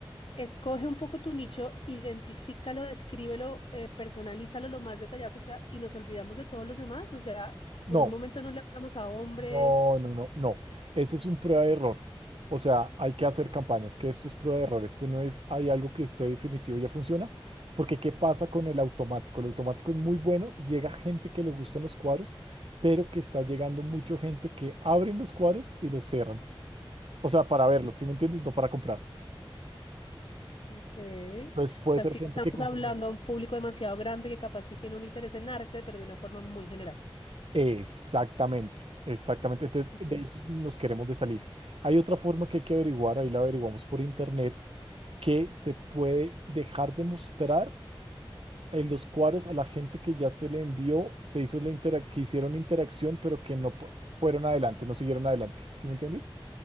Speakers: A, on the left (about 65°); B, on the right (about 80°).
A: Escoge un poco tu nicho, identifícalo, descríbelo, eh, personalízalo lo más detallado que sea y nos olvidamos de todos los demás. O sea, por
B: no,
A: un momento no le hablamos a hombres.
B: No, no, no, no. Ese es un prueba de error. O sea, hay que hacer campañas, que esto es prueba de error. Esto no es, hay algo que esté definitivo y ya funciona. Porque, ¿qué pasa con el automático? El automático es muy bueno, llega gente que le gustan los cuadros, pero que está llegando mucha gente que abren los cuadros y los cierran. O sea, para verlos,
A: Mm,
B: ¿sí me entiendes? No para comprar.
A: Ok. O
B: Entonces, puede
A: sea,
B: ser
A: sí
B: gente
A: estamos
B: que consume.
A: hablando a un público demasiado grande que capaz sí tiene un interés en arte, pero de una forma muy general.
B: Exactamente, exactamente. Entonces,
A: Mm.
B: de eso nos queremos de salir. Hay otra forma que hay que averiguar, ahí la averiguamos por internet, que se puede dejar de mostrar en los cuadros a la gente que ya se le envió, se hizo la intera- que hicieron interacción, pero que no pu- fueron adelante, no siguieron adelante. ¿Sí me entiendes?